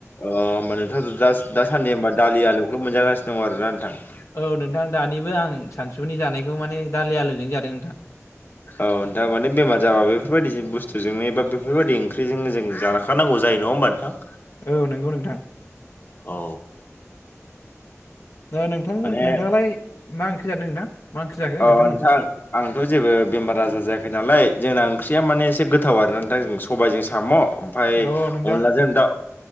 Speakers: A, on the left; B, on the left.
A: अ होमबा नोंथां दास दासानदि होमबा दालि आलुखौल मोनजागासिनो दङ आरो ना नोंथां?
B: औ नोंथां दानिबो आं सानसुनि जानायखौ माने दालि आलुजोंनो जादों नोंथां
A: औ नोंथां माने बेमार जाबा बेफोरबायदि बुस्थुजोंनो एबा बेफोरबायदि ओंख्रिजोंनो जों जाखानांगौ जाय नङा होनबा नोंथां?
B: औ नंगौ नोंथां
A: औ
B: नोंथांमोन
A: माने
B: नोंथाङालाय मा ओंख्रि जादों नोंथां? मा ओंख्रि जाखो
A: अ
B: नोंथांमोना?
A: नोंथां आंथ जेबो बेमार आजार जायाखै नालाय जोंना ओं ख्रिया माने एसे गोथाव आरो ना नोंथां सबायजों साम ओमफ्राय
B: अ नोंथां
A: अनलाजों दाव